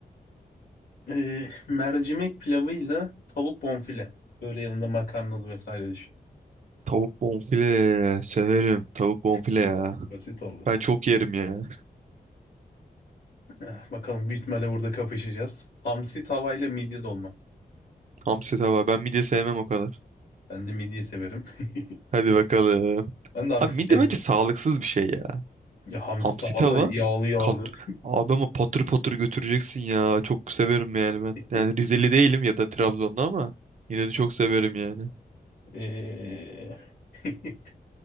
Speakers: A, on the left; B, on the right.
A: Ee, mercimek pilavıyla tavuk bonfile. Böyle yanında makarnalı vesaire düşün.
B: Tavuk bonfile severim. Tavuk bonfile
A: <laughs>
B: ya.
A: Basit oldu.
B: Ben çok yerim ya.
A: Eh, Bakalım büyük ihtimalle burada kapışacağız. Hamsi tavayla midye dolma.
B: Hamsi tava. Ben midye sevmem o kadar.
A: Ben de midye severim. <laughs>
B: Hadi bakalım.
A: Ben de hamsi
B: Abi midye
A: sevmiyorum.
B: bence sağlıksız bir şey ya.
A: Ya hamsi
B: Hamsi
A: tavada
B: tava.
A: yağlı yağlı.
B: Kat... Abi ama patır patır götüreceksin ya. Çok severim yani ben.
A: <laughs>
B: Yani Rizeli değilim ya da Trabzonlu ama yine de çok severim yani.
A: Ee, <laughs>